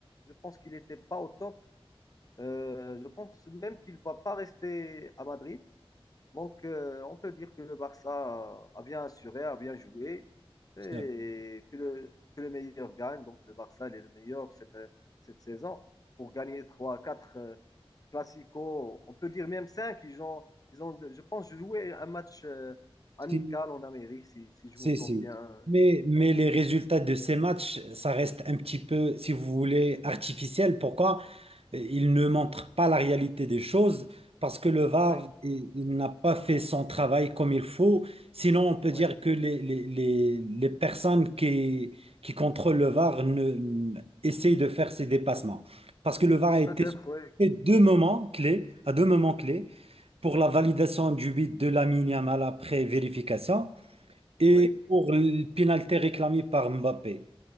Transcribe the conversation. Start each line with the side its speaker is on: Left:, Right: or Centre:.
Left: je pense qu'il n'était pas au top. Euh, je pense même qu'il ne va pas rester à Madrid. Donc, euh, on peut dire que le Barça a bien assuré, a bien joué et
Right: euh,
Left: que le, que le meilleur gagne. Donc, le Barça, il est le meilleur cette, cette saison pour gagner 3, 4 clasico On peut dire même cinq Ils ont, ils ont, je pense, joué un match euh, amical
Right: Si,
Left: en Amérique, si, si je
Right: si,
Left: me souviens.
Right: si. Mais, mais les résultats de ces matchs, ça reste un petit peu, si vous voulez, artificiel. Pourquoi? Il ne montre pas la réalité des choses parce que le VAR,
Left: Oui,
Right: il il n'a pas fait son travail comme il faut. Sinon, on peut
Left: oui.
Right: dire que les, les, les, les personnes qui, qui contrôlent le VAR ne, ne- essayent de faire ces dépassements. Parce que le VAR a été
Left: Peut-être, oui,
Right: fait deux moments clés, à deux moments clés, pour la validation du but de Lamine Yamal après vérification et
Left: oui,
Right: pour le pénalité réclamé par Mbappé.